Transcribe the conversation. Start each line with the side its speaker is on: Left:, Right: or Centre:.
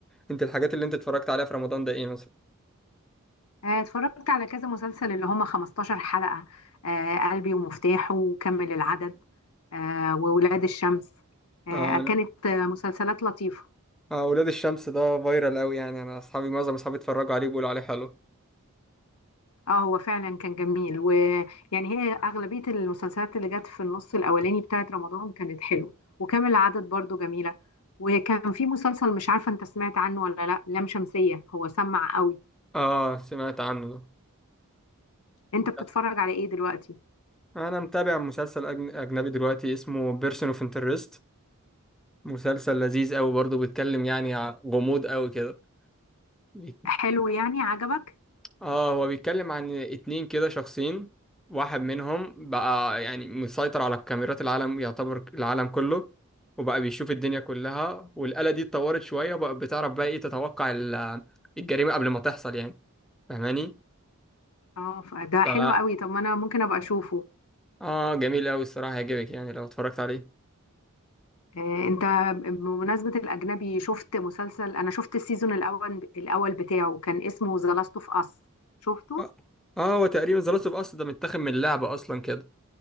Centre: انت الحاجات اللي انت اتفرجت عليها في رمضان ده ايه مثلا
Left: آه، اتفرجت على كذا مسلسل اللي هم 15 حلقة آه، قلبي ومفتاحه وكمل العدد آه، وولاد الشمس آه،
Centre: اه
Left: كانت
Centre: انا
Left: آه، مسلسلات لطيفة
Centre: آه ولاد الشمس ده فايرال قوي يعني انا اصحابي معظم اصحابي اتفرجوا عليه بيقولوا عليه حلو
Left: اه هو فعلا كان جميل ويعني هي اغلبيه المسلسلات اللي جت في النص الاولاني بتاعت رمضان كانت حلوه وكامل العدد برضو جميله وكان في مسلسل مش عارفه انت سمعت عنه ولا لا لام شمسيه هو سمع قوي
Centre: اه سمعت عنه
Left: انت بتتفرج
Centre: ده
Left: على ايه دلوقتي
Centre: انا متابع مسلسل أجن- اجنبي دلوقتي اسمه بيرسون اوف انترست مسلسل لذيذ قوي برضه بيتكلم يعني ع- غموض قوي كده بي-
Left: حلو يعني عجبك
Centre: اه هو بيتكلم عن اتنين كده شخصين واحد منهم بقى يعني مسيطر على الكاميرات العالم يعتبر العالم كله وبقى بيشوف الدنيا كلها والآلة دي اتطورت شوية وبقى بتعرف بقى ايه تتوقع ال- الجريمة قبل ما تحصل يعني فاهماني؟
Left: اه ف- ده
Centre: ف
Left: حلو قوي طب ما انا ممكن ابقى اشوفه
Centre: اه جميل قوي الصراحة هيعجبك يعني لو اتفرجت عليه
Left: آه، انت بمناسبه الاجنبي شفت مسلسل انا شفت السيزون الاول الاول بتاعه كان اسمه ذا لاست اوف اس شفته
Centre: اه آه، هو تقريبا ذا لاست اوف اس ده متاخد من اللعبة اصلا كده